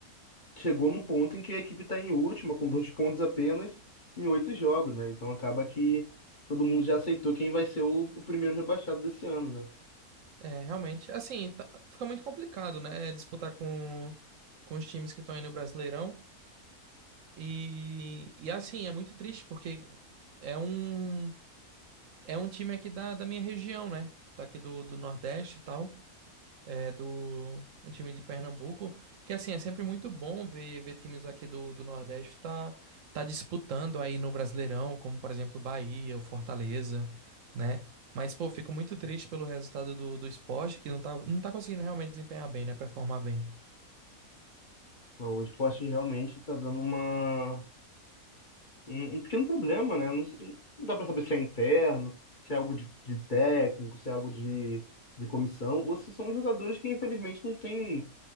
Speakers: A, on the left; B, on the right.
A: chegou num ponto em que a equipe está em última, com dois pontos apenas, em oito jogos, né? Então acaba que todo mundo já aceitou quem vai ser o, o primeiro rebaixado desse ano, né?
B: É, realmente, assim, tá- fica muito complicado, né? Disputar com, com os times que estão aí no Brasileirão. E, e assim, é muito triste porque é um, é um time aqui da, da minha região, né? Tá aqui do, do Nordeste e tal. É do um time de Pernambuco. Que assim, é sempre muito bom ver, ver times aqui do, do Nordeste tá, tá disputando aí no Brasileirão, como por exemplo o Bahia, o Fortaleza, né? Mas, pô, fico muito triste pelo resultado do, do esporte, que não tá, não tá conseguindo realmente desempenhar bem, né? Performar bem.
A: Bom, o esporte realmente está dando uma, um, um pequeno problema, né? Não, sei- não dá para saber se é interno, se é algo de, de técnico, se é algo de, de comissão, ou se são jogadores que infelizmente não têm.